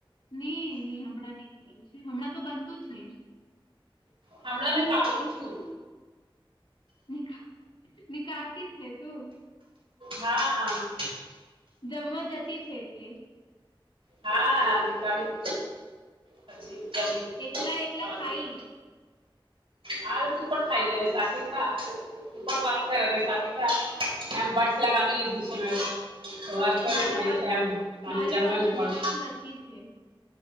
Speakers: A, on the left; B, on the right.
A: ની ની હમણાં ની થીયું છે હમણાં તો બનતું છે.
B: હમણાં મે કાઢું છું.
A: નિકા નીકાળતી છે તું
B: હા.
A: જમવા જતી છે એટલે
B: હા ની કાળી પછી જમી
A: એકલા એકલા
B: સારું
A: ખાઈ
B: છે
A: લે
B: હારે તું પણ ખાઈ લે ને સાથે ખા તું પણ વાત કરેને સાથે ખા એમ બડ્સ લગાવી લીધું છેું મે તો વાત કર
A: મારી પાસે
B: એમ અને
A: મારી
B: જમવાનું
A: પાસે
B: પણ
A: બર્ડસ નથી છે